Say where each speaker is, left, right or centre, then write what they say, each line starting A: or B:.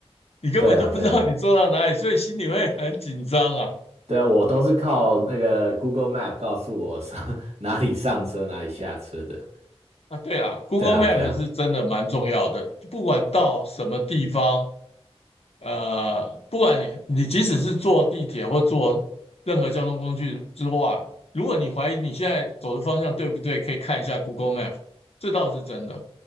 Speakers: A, on the left; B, on the right.
A: 你根本就不知道你坐到哪里，
B: 对啊，对啊，
A: 所以心里会很紧张啊。
B: 对啊，我都是靠那个 Google Map 告诉我上 <laughs> 哪里上车，哪里下车的。
A: 啊，对啦，Google
B: 对啊，
A: Map
B: 对啊，
A: 是真的蛮重要的，不管到什么地方，呃，不管你你即使是坐地铁或坐任何交通工具之外，如果你怀疑你现在走的方向对不对，可以看一下 Google Map，这倒是真的。